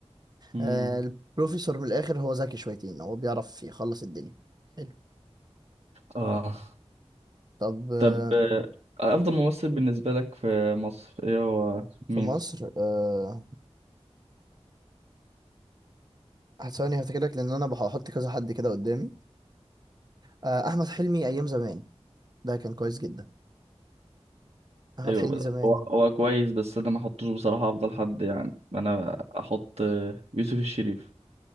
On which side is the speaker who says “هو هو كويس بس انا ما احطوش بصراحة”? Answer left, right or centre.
Right